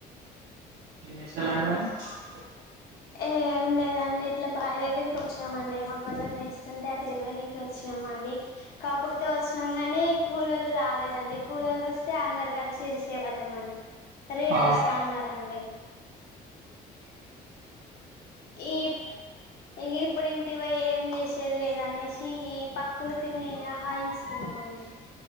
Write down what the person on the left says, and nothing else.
ఏం లేదండి ఇట్లా బావి దగ్గరికి వచ్చమ అండి మొక్కజొన్న వేస్ స్తుంటే అది ఇరవనికి వచ్చినామ అండి కాకపోతే వచ్చినాం గానీ కూలోళ్లు రాలేదండి కూలోళ్లు వస్తే అందరు కలిసి ఇరిసేవళ్లంమండి రేపు
వస్తా అన్నారండీ ఈ ఇక ఇప్పుడు ఇంటికిపోయి ఏం చేసేది లేదనేసి ఈ ప్రకృతిని అహానిస్తూనం అండి